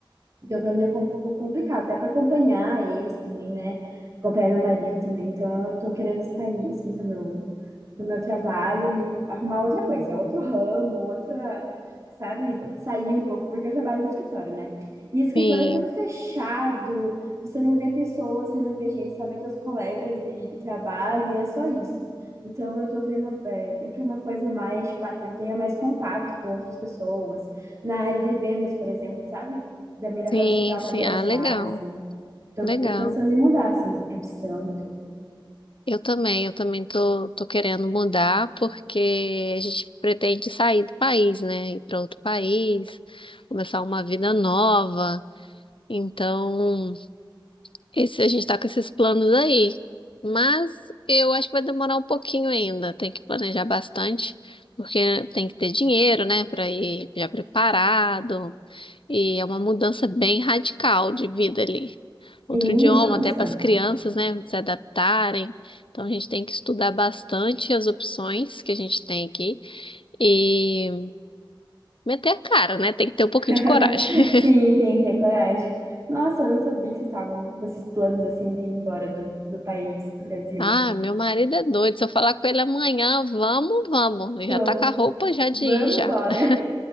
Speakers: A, on the right; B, on the left.
A: Então, pra mim é com- um pouco complicado, até pra acompanhar eles também, né? Acompanhar meu marido também. Então, eu tô querendo sair, assim, do meu do meu trabalho e arrumar outra coisa, é outro ramo, outra, sabe, sair um pouco, porque eu trabalho no escritório, né? E escritório
B: sim.
A: é tudo fechado, você não vê pessoas, você não vê gente, só vê teus colegas de, de trabalho e é só isso. Então, eu tô querendo é, ir para uma coisa mais, tipo, ah, que eu tenha mais contato com outras pessoas, na área de vendas, por exemplo, sabe? Também dá
B: Sim,
A: para você dar uma
B: sim.
A: viajada,
B: Ah, legal,
A: assim. Tô,
B: legal.
A: tô pensando em mudar, assim, de profissão. tudo.
B: Eu também, eu também tô, tô querendo mudar porque a gente pretende sair do país, né? Ir para outro país, começar uma vida nova. Então, esse, a gente tá com esses planos aí. Mas eu acho que vai demorar um pouquinho ainda. Tem que planejar bastante, porque tem que ter dinheiro, né? Para ir já preparado. E é uma mudança bem radical de vida ali. Outro
A: Sim,
B: idioma,
A: nossa.
B: até para as crianças, né, se adaptarem. Então a gente tem que estudar bastante as opções que a gente tem aqui e meter a cara, né? Tem que ter um pouquinho
A: <laughs>
B: de coragem. <laughs>
A: Sim, tem que ter coragem. Nossa, eu não sabia que vocês estavam com esses planos assim de ir embora do, do país, do Brasil.
B: Ah, meu marido é doido. Se eu falar com ele amanhã, vamos, vamos. Ele
A: Vamos,
B: já tá com a roupa já
A: vamos
B: de ir já.
A: bora.
B: <laughs>
A: <laughs>